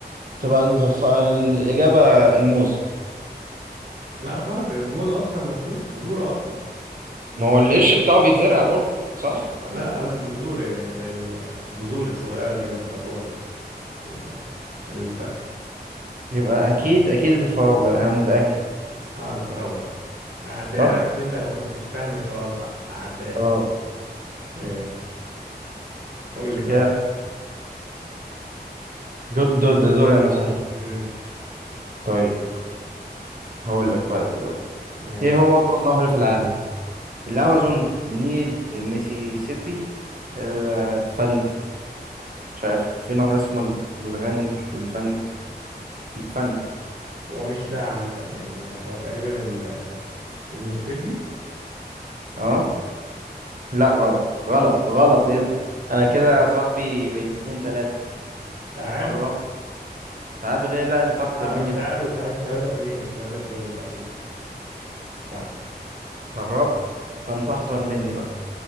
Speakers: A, on the right; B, on the right.
A: تبقى الف... الإجابة الموز
B: لا غلط الموز اصلا ما فيهوش بذور اصلا
A: ما هو القش بتاعه بيتزرع برضه صح ولا
B: لا قصدي بذور يعني زي ال- البذور الصغيرة دي اللي بتبقى جوه ال- ال- الفاكهة
A: يبقى اكيد اكيد الفراولة يعني انا متأكد
B: اه الفراولة صح هعديها
A: صح
B: لك عشان انت ما كنتش فاهم السؤال صح هعديها
A: اه
B: لك ماشي قول لي بقى
A: كده دور دور ده دوري انا صحيح
B: امم
A: طيب هقول لك بقى دلوقتي
B: ماشي
A: ايه هو اطول نهر في العالم الامازون النيل الميسيسيبي الفنج مش عارف في نهر اسمه الغنج الفنج الفنج
B: هو مش ده عامة يعني ده هو تقريبا ال- المسيسيبي
A: اه لا غلط غلط غلط ايه ده؟ انا كده يا صاحبي بقيت اتنين تلاتة
B: تعادل
A: قربت تعادل ايه لا انت اكتر
B: لا
A: مني
B: مش تعادل
A: ب-
B: صحيح 3 2 3 2 صحيح صح
A: قربت فانت احذر مني بقى